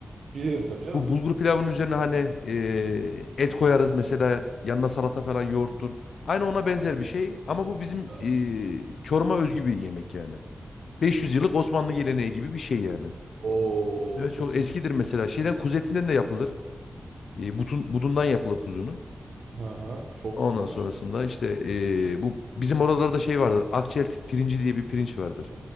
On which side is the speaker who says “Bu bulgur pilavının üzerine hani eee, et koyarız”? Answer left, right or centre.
Left